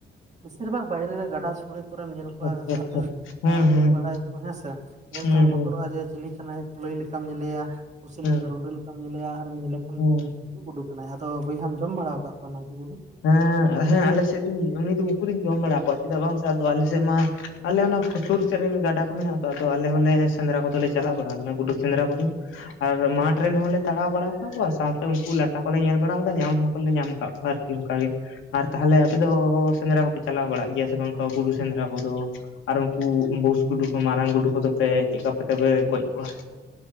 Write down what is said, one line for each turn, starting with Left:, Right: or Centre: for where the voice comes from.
Right: ᱵᱮᱥᱤᱨ ᱵᱷᱟᱜᱽ ᱵᱟᱭᱨᱮ ᱨᱮ ᱜᱟᱰᱟ ᱥᱳᱲᱮ ᱠᱚᱨᱮᱢ ᱧᱮᱞ
Left: ᱟᱪᱪᱷᱟ
Right: ᱠᱚᱣᱟ
Left: ᱟᱪᱪᱷᱟ ᱟᱪᱪᱷᱟ
Right: ᱟᱛᱮᱱ
Left: ᱦᱮᱸ
Right: ᱟᱹᱛᱤᱧ
Left: ᱦᱮᱸ
Right: ᱵᱟᱲᱟᱭᱟᱠᱚ
Left: ᱦᱮᱸ
Right: ᱦᱮᱸᱥᱮ ᱧᱮᱞ
Left: ᱦᱮᱸ
Right: ᱛᱮᱦᱚᱢ ᱵᱚᱛᱚᱨᱚᱜ-ᱟ ᱡᱮ ᱪᱤᱞᱤ ᱠᱟᱱᱟᱭ? ᱠᱩᱞᱟᱹᱭ ᱞᱮᱠᱟᱢ ᱧᱮᱞᱮᱭᱟ ᱯᱩᱥᱤ
Left: ᱦᱮᱸ
Right: ᱞᱮᱠᱟ ᱨᱩᱸᱰᱟᱹ ᱞᱮᱠᱟᱢ ᱧᱮᱞᱮᱭᱟ ᱟᱨᱮᱢ ᱧᱮᱞᱮ ᱠᱷᱟᱱ
Left: ᱦᱮᱸ
Right: ᱱᱩᱭ ᱜᱩᱰᱩ ᱠᱟᱱᱟᱭ ᱟᱫᱚ ᱵᱚᱭᱦᱟᱢ ᱡᱚᱢ ᱵᱟᱲᱟ ᱟᱠᱟᱫ ᱠᱚᱣᱟ ᱱᱩᱠᱩ ᱜᱩ‍ᱰᱩ?
Left: ᱦᱮᱸ ᱦᱮᱸ ᱟᱞᱮ ᱥᱮᱫ ᱫᱚᱧ ᱩᱱᱤ ᱫᱚ ᱩᱱᱠᱩ ᱫᱚᱧ ᱡᱚᱢ ᱵᱟᱲᱟ ᱠᱚᱣᱟ ᱪᱮᱫᱟᱜ ᱵᱟᱝ ᱥᱮ ᱟᱫᱚ ᱟᱞᱮ ᱥᱮᱫ ᱢᱟ ᱟᱞᱮ ᱚᱱᱟ ᱥᱩᱨ ᱥᱮᱫ ᱨᱮᱜᱮ ᱜᱟᱰᱟ ᱠᱚ ᱢᱮᱱᱟᱜ-ᱟ ᱛᱚ ᱟᱫᱚ ᱟᱞᱮ ᱦᱚᱸᱞᱮ ᱥᱮᱸᱫᱽᱨᱟ ᱠᱚᱫᱚᱞᱮ ᱪᱟᱞᱟᱣ ᱵᱟᱲᱟ ᱟᱠᱟᱱᱟ ᱜᱩᱰᱩ ᱥᱮᱸᱫᱽᱨᱟ ᱠᱚᱫᱚ᱾ ᱟᱨ ᱢᱟᱴᱷ ᱨᱮᱱ ᱦᱚᱸᱞᱮ ᱛᱟᱲᱟᱣ ᱵᱟᱲᱟ ᱟᱠᱟᱫ ᱠᱚᱣᱟ ᱥᱟᱶᱛᱮ ᱩᱱᱠᱩ ᱞᱟᱴᱟ ᱠᱚᱞᱮ ᱧᱮᱞ ᱵᱟᱲᱟ ᱟᱠᱟᱫᱟ ᱧᱟᱢ ᱦᱚᱸ ᱞᱮ ᱧᱟᱢ ᱟᱠᱟᱫ ᱠᱚᱣᱟ ᱟᱨᱠᱤ᱾ ᱚᱱᱠᱟ ᱜᱮ ᱟᱨ ᱛᱟᱦᱚᱞᱮ ᱟᱯᱮ ᱫᱚ ᱥᱮᱸᱫᱽᱨᱟ ᱠᱚᱯᱮ ᱪᱟᱞᱟᱣ ᱵᱟᱲᱟᱜ ᱜᱮᱭᱟ ᱥᱮ ᱵᱟᱝ ᱚᱱᱠᱟ ᱜᱩᱰᱩ ᱥᱮᱸᱫᱽᱨᱟ ᱠᱚᱫᱚ ᱟᱨ ᱩᱱᱠᱩ ᱵᱩᱥ ᱜᱩᱰᱩ ᱠᱚ ᱢᱟᱨᱟᱝ ᱜᱩᱰᱩ ᱠᱚᱫᱚ ᱯᱮ ᱪᱮᱫᱠᱟ ᱛᱮᱯᱮ ᱜᱚᱡ ᱠᱚᱣᱟ?